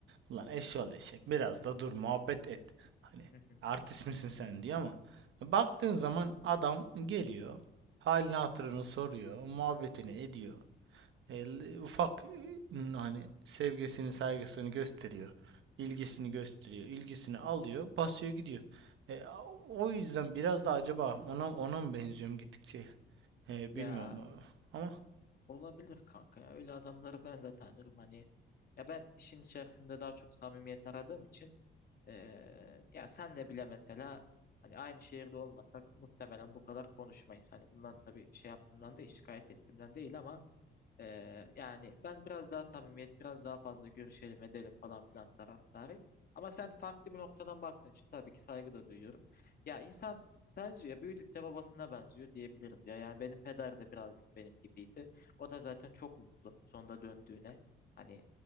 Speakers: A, on the right; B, on the left.
A: ulan eşşoğlu eşek biraz da dur muhabbet et. Hani
B: Hı hı.
A: artist misin sen diyor ama baktığın zaman adam geliyor. Halini hatırını soruyor. Muhabbetini ediyor. El- ufak ıı, hani sevgisini saygısını gösteriyor. ilgisini gösteriyor. ilgisini alıyor, basıyor gidiyor. E, o yüzden biraz da acaba ona ona mı benziyorum gittikçe? E,
B: Ya
A: bilmiyorum ama
B: Olabilir kanka ya. Öyle adamları ben de tanırım hani. Ya ben işin içerisinde daha çok samimiyet aradığım için eee ya senle bile mesela hani aynı şehirde olmasak muhtemelen bu kadar konuşmayız. Hani bundan tabii şey yaptığımdan değil, şikayet ettiğimden değil ama ee, yani ben biraz daha samimiyet, biraz daha fazla görüşelim edelim falan filan taraftarıyım. Ama sen farklı bir noktadan baktığın için tabii ki saygı da duyuyorum. Ya insan benziyor, büyüdükçe babasına benziyor diyebiliriz ya. Yani benim peder de birazcık benim gibiydi. O da zaten çok mutlu sonunda döndüğüne. Hani